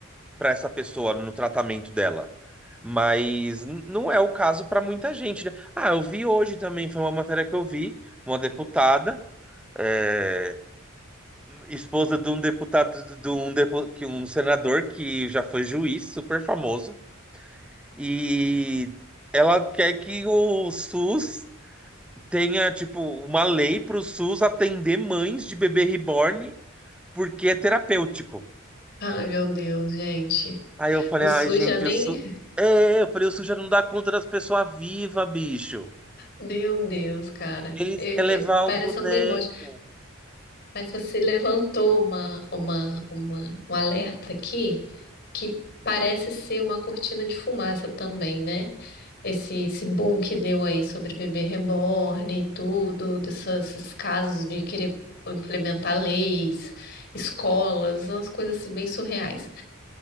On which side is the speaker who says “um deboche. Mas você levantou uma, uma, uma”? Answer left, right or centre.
Left